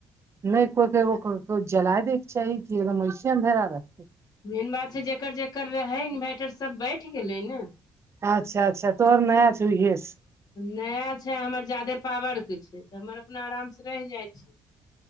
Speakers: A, on the right; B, on the left.
A: नहि कोई कोई क जलाए दैके चाही की एकदम ऐसे अन्धेरा रहे
B: मैन बात छै जेकर जेकर रहै इन्वैर्टर सब बैठ गेलै ने
A: अच्छा अच्छा तोहर नया छो इहे सँ
B: नया छै हमर जादे पावर के छै त हमर अपना आराम सँ रह जाए छै